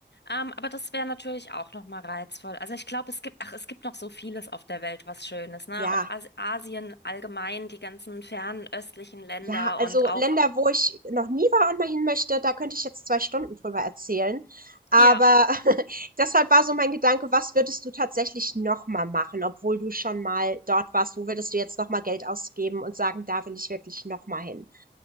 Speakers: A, on the left; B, on the right.
A: Ähm, aber das wäre natürlich auch noch mal reizvoll. Also ich glaube, es gibt, ach, es gibt noch so vieles auf der Welt, was schön ist, ne?
B: Ja.
A: Auch As Asien allgemein, die ganzen fernöstlichen Länder
B: Ja, also
A: und auch,
B: Länder, wo ich noch nie war und mal hin möchte, da könnte ich jetzt zwei Stunden drüber erzählen. Aber
A: ja,
B: <laughs> deshalb war so mein Gedanke, was würdest du tatsächlich noch mal machen, obwohl du schon mal dort warst? Wo würdest du jetzt noch mal Geld ausgeben und sagen, da will ich wirklich noch mal hin?